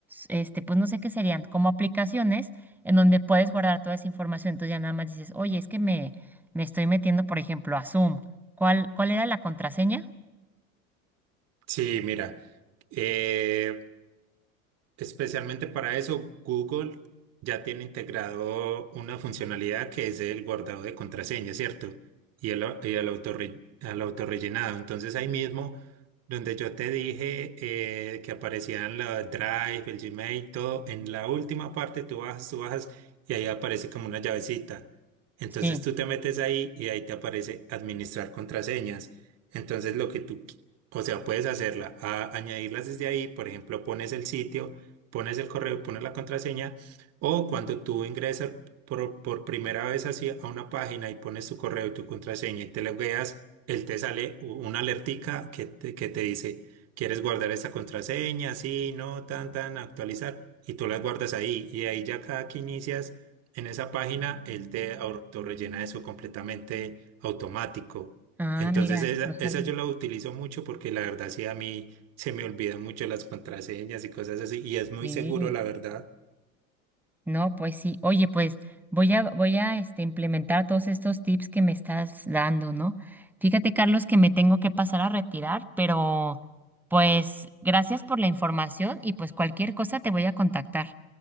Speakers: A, in the centre; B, on the right.
A: este, pues no sé qué serían, como aplicaciones en donde puedes guardar toda esa información. Entonces ya nada más dices, oye, es que me, me estoy metiendo, por ejemplo, a Zoom. ¿Cuál, cuál era la contraseña?
B: Sí, mira. eh, Especialmente para eso, Google ya tiene integrado una funcionalidad que es el guardado de contraseña, ¿cierto? Y el, au- y el autorre- al autorrellenado. Entonces ahí mismo, donde yo te dije eh, que aparecían la Drive, el Gmail, todo, en la última parte tú bajas, tú bajas y ahí aparece como una llavecita. Entonces
A: Sí.
B: tú te metes ahí y ahí te aparece administrar contraseñas. Entonces lo que tú, qui- o sea, puedes hacerla, a- añadirlas desde ahí, por ejemplo, pones el sitio pones el correo y pones la contraseña, o cuando tú ingresas por, por primera vez así a una página y pones tu correo y tu contraseña y te logueas, él te sale u- una alertica que te, que te dice, ¿quieres guardar esa contraseña? Sí, no, tan, tan, actualizar, y tú las guardas ahí, y ahí ya cada que inicias en esa página, él te autorrellena eso completamente automático.
A: Ah,
B: Entonces
A: mira,
B: esa,
A: no sabía.
B: esa yo la utilizo mucho porque la verdad sí a mí se me olvidan mucho las contraseñas y cosas así. Y es muy
A: Sí.
B: seguro, la verdad.
A: No, pues sí. Oye, pues voy a, voy a este, implementar todos estos tips que me estás dando, ¿no? Fíjate, Carlos, que me tengo que pasar a retirar, pero pues gracias por la información y pues cualquier cosa te voy a contactar.